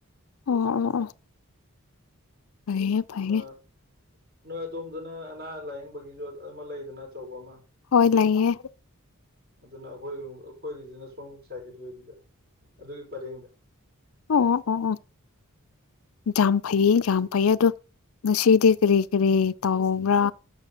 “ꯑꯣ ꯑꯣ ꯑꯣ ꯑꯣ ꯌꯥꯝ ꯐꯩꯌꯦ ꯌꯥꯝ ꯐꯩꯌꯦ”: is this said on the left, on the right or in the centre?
Left